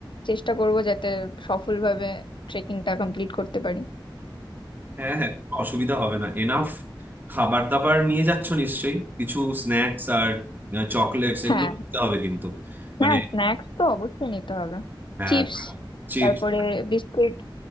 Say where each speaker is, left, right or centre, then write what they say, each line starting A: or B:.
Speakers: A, on the left; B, on the right.
A: চেষ্টা করব যাতে সফলভাবে ট্রেকিংটা কমপ্লিট করতে পারি
B: হ্যাঁ হ্যাঁ কোনো অসুবিধা হবে না এনাফ খাবার দাবার নিয়ে যাচ্ছ নিশ্চয়ই কিছু স্ন্যাক্স আর চকলেটস এগুলো
A: হ্যাঁ
B: কিনতে হবে কিন্তু
A: হ্যাঁ
B: মানে
A: স্ন্যাক্স তো অবশ্যই নিতে হবে
B: হ্যাঁ
A: চিপস
B: চিপস
A: তারপরে বিস্কিট